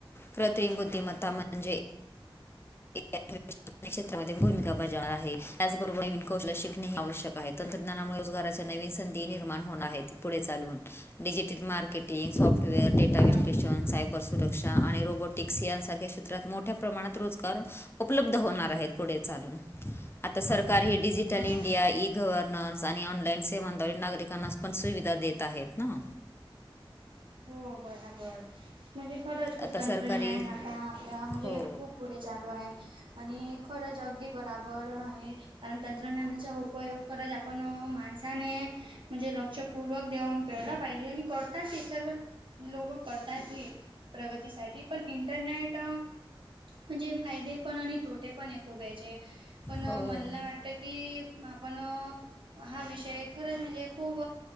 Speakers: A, on the left; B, on the right.
A: कृत्रिम बुद्धिमत्ता म्हणजे <inaudible> क्षेत्रामध्ये भूमिका बजावत आहे त्याचबरोबर नवीन कौशल शिकणे हे आवशक आहेत तंत्रज्ञानामुळे रोजगाराचे नवीन संधी निर्माण होणार आहेत पुढे चालून. डिजिटल मार्केटिंग सॉफ्टवेअर डेटा
B: बरोबर
A: विश्लेषण सायबर सुरक्षा शिका आणि रोबोटिक्स यांसारख्या क्षेत्रात मोठ्या प्रमाणात रोजगार उपलब्ध होणार आहेत. पुढे चालून आता सरकारी ही डीजीटल
B: हां
A: इंडिया गव्हर्ननन्स आणि ऑनलाईन सेवांद्वारे नागरिकांना पण सुविधा देत आहेत ना.
B: हो बराबर म्हणजे खरंच खूप
A: आता
B: तंत्रज्ञान
A: सरकारी
B: आता आपल्या म्हणजे
A: हो
B: खूप पुढे चालूय आणि खरंच अगदी बराबर आहे. कारण तंत्रज्ञानाचा उपयोग खरंच आपण माणसाने म्हणजे लक्षपूर्वक देऊन केला पाहिजे आणि करतात ते सर्व लोग करतात हे प्रगतीसाठी पण इंटरनेट म्हणजे फायदे पण आणि तोटे पण एक <unintelligible> पण मला
A: हो
B: नाही वाट ते की आपण हा विषय खरंच म्हणजे खूप